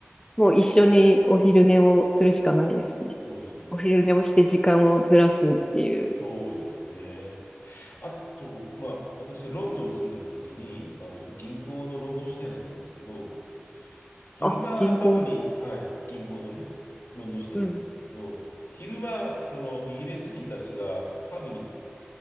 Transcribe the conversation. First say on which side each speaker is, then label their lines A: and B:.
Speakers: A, on the left (about 20°); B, on the left (about 75°).
A: もう一緒にお昼寝をするしかないですね。
B: そうですね。
A: お昼寝をして時間をずらすっていう。
B: そうですね。あと、まあ、私はロンドンに住んでた時に、あの、銀行のロンドン支店だったんですけど、昼間パブに、
A: あ、銀行です。
B: はい、銀行のね、ロンドン支店だったんですけど、
A: うん。
B: 昼間、そのイギリス人たちがパブに、